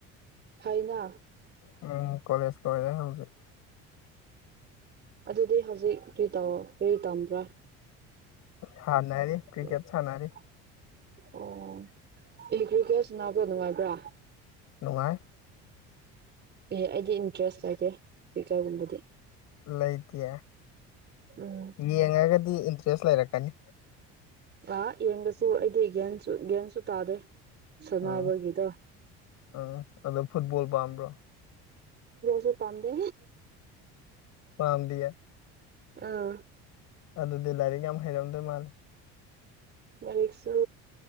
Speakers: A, on the right; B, on the left.
A: ꯐꯩꯅ
B: ꯎꯝ ꯀꯣꯂꯦꯖ ꯂꯣꯏꯔꯦ ꯍꯧꯖꯤꯛ꯫
A: ꯑꯗꯨꯗꯤ ꯍꯧꯖꯤꯛ ꯀꯔꯤ ꯇꯧꯑꯣ ꯀꯔꯤ ꯇꯝꯕ꯭ꯔꯥ꯫
B: ꯁꯥꯟꯅꯔꯤ ꯀ꯭ꯔꯤꯀꯦꯠ
A: <unintelligible>
B: ꯁꯥꯟꯅꯔꯤ
A: ꯑꯣ <unintelligible> ꯅꯉꯥꯏꯕ꯭ꯔ꯫
B: ꯅꯨꯡꯉꯥꯏ꯫
A: ꯑꯦ ꯑꯩꯗꯤ ꯏꯟꯇꯔꯦꯁ ꯂꯩꯇꯦ꯫ ꯀ꯭ꯔꯤꯀꯦꯠꯒꯨꯝꯕꯗꯤ
B: ꯂꯩꯇꯦ
A: ꯎꯝ
B: ꯌꯦꯡꯉꯒꯗꯤ ꯏꯟꯇ꯭ꯔꯦꯁ ꯂꯩꯔꯛꯀꯅꯤ꯫
A: ꯑ ꯌꯦꯡꯕꯁꯨ ꯑꯩꯗꯤ ꯌꯦꯟꯁꯨ ꯌꯦꯟꯁꯨ ꯇꯥꯗꯦ ꯁꯥꯟꯅꯕꯒꯤꯗꯣ
B: ꯎꯝ ꯎꯝ ꯑꯗꯣ ꯐꯨꯠꯕꯣꯜ ꯄꯥꯝꯕ꯭ꯔꯣ
A: ꯁꯨ ꯄꯝ ꯗꯦ
B: ꯄꯥꯝꯗꯤ ꯑꯦ
A: ꯑꯥ
B: ꯑꯗꯨꯗꯤ ꯂꯥꯏꯔꯤꯛ ꯌꯥꯝ ꯍꯩꯔꯝꯗꯣꯏ ꯃꯥꯜꯂ
A: ꯂꯥꯏꯔꯤꯛꯁꯨ